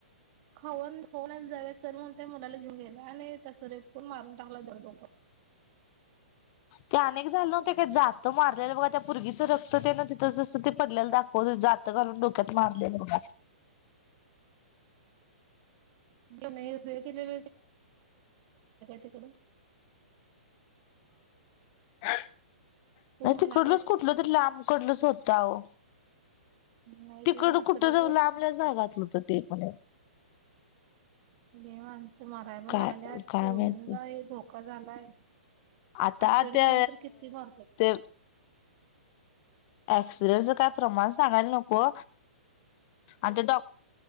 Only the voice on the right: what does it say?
खाऊ खाऊ आणायला जाऊया चल म्हणून त्या मुलाला घेऊन गेलाय. आणि तस रेप करून मारून टाकला भर दो
<unintelligible> काय तिकडून?
तो म्हणालाय
ते
नाही
ते नसरापूरची
लई माणसं. माराय पण
लागल्यात
पोरींनाही
धोका झालाय.
ऍक्सिडेंट
होऊन तर किती मारतात